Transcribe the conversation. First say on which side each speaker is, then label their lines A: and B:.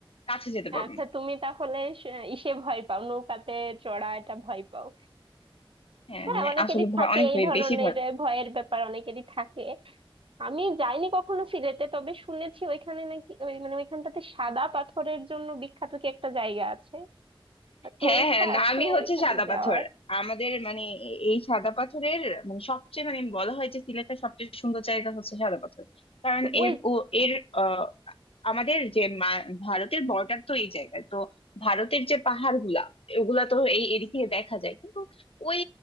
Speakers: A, on the left; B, on the right.
A: কাছে যেতে পারবেন
B: আচ্ছা তুমি তাহলে সে- ইসে ভয় পাও নৌকাতে চড়া এটা ভয় পাও
A: হ্যাঁ
B: হ্যাঁ
A: হ্যাঁ
B: অনেকেরই
A: আসলে ভয়
B: থাকে
A: অনেক
B: এই
A: ভয়
B: ধরনের
A: বেশি ভয়
B: আহ, ভয়ের ব্যাপার অনেকেরই থাকে আমি যাইনি কখনো সিলেটে তবে শুনেছি ওইখানে নাকি ওই মানে ওইখানটাতে সাদা পাথরের জন্য বিখ্যাত কি একটা জায়গা আছে তো
A: হ্যাঁ
B: ইচ্ছা
A: হ্যাঁ নামই
B: আছে
A: হচ্ছে
B: এখানে
A: সাদা
B: যাওয়ার
A: পাথর আমাদের মানে এ- এই সাদা পাথরের মানে সবচেয়ে মানে বলা হয় যে সিলেটের সবচেয়ে সুন্দর জায়গা হচ্ছে সাদা পাথর কারণ
B: তো ওই
A: এর ও এর আহ, আমাদের যে মা- ভারতের বর্ডার তো এই জায়গায় তো ভারতের যে পাহাড় গুলা ওগুলা তো এই এদিক থেকে দেখা যায় কিন্তু ওই